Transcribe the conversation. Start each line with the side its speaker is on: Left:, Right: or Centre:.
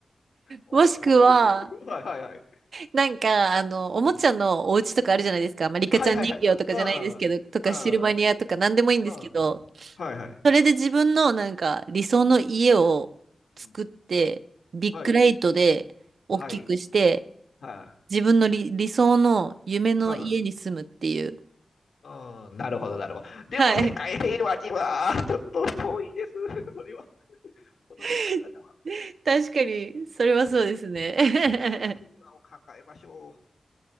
Left: あれ、
Right: もしくは、
Left: この横。<laughs> はいはいはい。
Right: なんか、あの、おもちゃのお家とかあるじゃないですか。
Left: うん。うん
Right: まあ、リカちゃん人形とかじゃないですけど、
Left: はいはいはい。うん。うん。
Right: とかシルバニアとかなんでもいいんですけど、
Left: うん。うんはいはい。
Right: それで自分のなんか理想の家を作って、
Left: うん。うん
Right: ビッグライトで大きくして、
Left: はい。はい。はい。
Right: 自分の理、理想の夢の家に住むっていう。
Left: うん。うん。なるほど、なるほど。でも、
Right: はい。
Left: 世界平和には、ちょっと遠いです。<laughs> それは、その使い方は。
Right: <laughs> 確かに、それはそうですね。
Left: 世界世界平和を考えましょう。